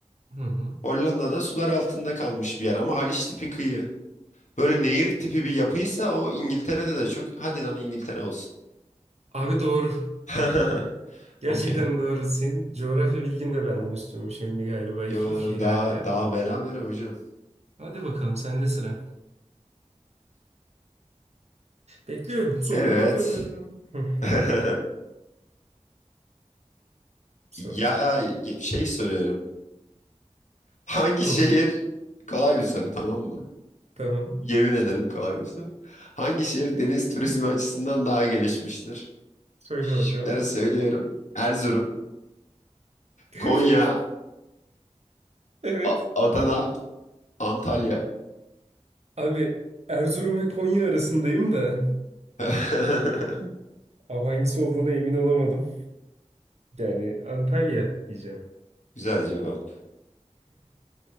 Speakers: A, on the right (about 60°); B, on the left (about 75°).
A: Hı hı.
B: Hollanda'da sular altında kalmış bir yer ama Haliç tipi kıyı. Böyle nehir tipi bir yapıysa o İngiltere'de de çok. Hadi lan İngiltere olsun.
A: Abi doğru.
B: <laughs>
A: Gerçekten
B: Okey.
A: doğru. Senin coğrafya bilgin de benden üstünmüş emmi galiba. iki
B: Yo,
A: 2
B: daha
A: hala.
B: daha beraber hocam.
A: Hadi bakalım sende sıra. Bekliyorum. Sor
B: Evet.
A: bakalım. Hı,
B: <laughs>
A: Sor.
B: Ya ya- şey soruyorum. Hangi
A: Hı,
B: şehir? Kolay bir soru tamam mı?
A: Tamam.
B: Yemin ederim kolay bir soru. Hangi şehir deniz turizmi açısından daha gelişmiştir?
A: Söyle
B: Şıkları
A: bakalım.
B: söylüyorum. Erzurum,
A: <laughs>
B: Konya,
A: Evet.
B: A- Adana, Antalya.
A: Abi Erzurum ve Konya arasındayım da.
B: <laughs>
A: Abi hangisi olduğuna emin olamadım. Yani Antalya diyeceğim.
B: Güzel cevap.